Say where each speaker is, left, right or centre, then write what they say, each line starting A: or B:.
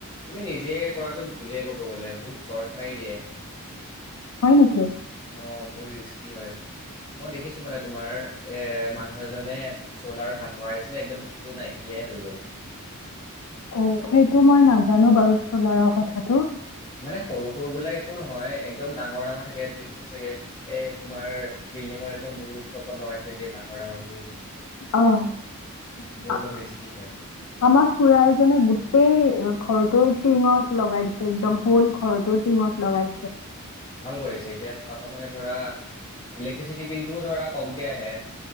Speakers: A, on the left; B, on the left.
A: তুমি নিজে কৰাটো ভুলেই ক'ব গ'লে বহুত চৰ্ট মাৰি দিয়ে।
B: হয়, নেকি?
A: অ' বহুত ৰিস্কি হয়। মই দেখিছো মানে তোমাৰ এ মানুহ এজনে সোলাৰ হাত লগাইছিলে একদম হাতটো নাইকিয়াই হৈ গ'ল।
B: অ' সেইটো মই নাজানো বাৰু সোলাৰৰ কথাটো।
A: মানে সৰু সৰু বিলাক একো নহয়, একদম ডাঙৰ ডাঙৰ থাকে দেখিছে চাগে এ তোমাৰ বিল্ডিঙৰ একদম ৰূফটপত লগাই থৈ দিয়ে ডাঙৰ ডাঙৰবোৰ।
B: অ'
A: অলপ
B: আ
A: ৰিস্কি হয়
B: আমাৰ খুৰা এজনে গোটেই ঘৰটোৰ টিঙত লগাই দিছে একদম হৌল ঘৰটো টিঙত লগাই দিছে।
A: ভাল কৰিছে এতিয়া তাৰ পৰা মানে ধৰা ইলেক্ট্ৰিচিটি বিলটোও ধৰা কমকে আহে।